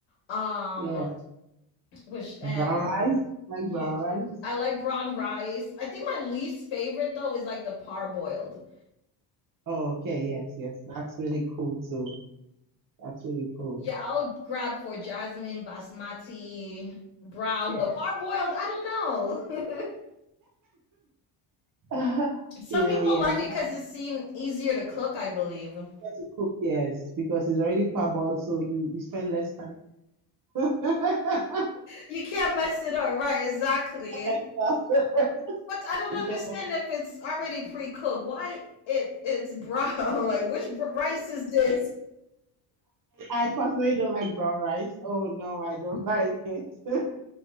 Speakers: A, on the left; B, on the right.
A: Um,
B: Yeah,
A: which and
B: brown rice. Like
A: you,
B: brown rice.
A: I like brown rice. I think my least favorite though is like the parboiled.
B: Oh, okay. Yes, yes. That's really cool too. That's really cool.
A: Yeah, I'll grab for jasmine, basmati, brown,
B: Yeah.
A: but parboiled, I don't know.
B: <laughs>
A: <laughs> Some
B: You
A: people
B: know, yeah,
A: like
B: easier
A: it because it seemed easier to cook, I believe.
B: to cook, yes, because it's already parboiled, so you, you spend less time. <laughs> Yeah.
A: You can't mess it up, right? Exactly.
B: <laughs>
A: But I don't
B: You
A: understand
B: spend less-
A: if it's already pre-cooked. Why it it's brown? <laughs> Like which br- rice is this?
B: I personally don't like brown rice. Oh no, I don't like it. <laughs>